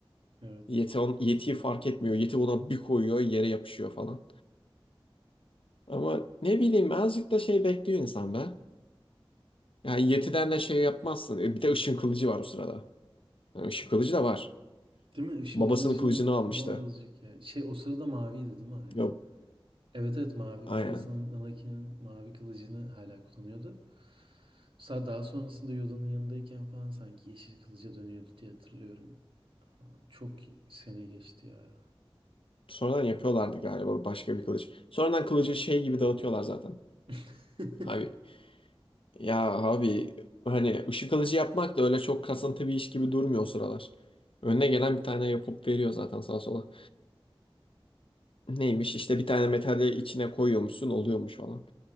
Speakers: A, on the right (about 65°); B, on the left (about 70°).
A: Evet.
B: Yeti on, yetiyi fark etmiyor. Yeti ona bir koyuyor yere yapışıyor falan. Ama ne bileyim azıcık da şey bekliyor insan be. Yani yetiden de şey yapmazsın. E, Bir de ışın kılıcı var o sırada. Yani ışın kılıcı da var.
A: Değil mi? Işın
B: Babasının
A: kılıcını
B: kılıcını
A: kullan
B: almıştı.
A: azıcık ya. Şey o sırada maviydi değil mi hala?
B: Yok
A: Evet evet mavi.
B: aynen.
A: Babasının Anakin'in mavi kılıcını hala kullanıyordu. Sa- Daha sonrasında Yoda'nın yanındayken falan sanki yeşil kılıca dönüyordu diye hatırlıyorum. Çok sene geçti ya.
B: Sonradan yapıyorlardı galiba başka bir kılıç. Sonradan kılıcı şey gibi dağıtıyorlar zaten.
A: <laughs>
B: Abi Ya abi hani ışık alıcı yapmak da öyle çok kasıntı bir iş gibi durmuyor o sıralar. Önüne gelen bir tane yapıp veriyor zaten sağa sola. Neymiş işte bir tane metali içine koyuyormuşsun oluyormuş falan.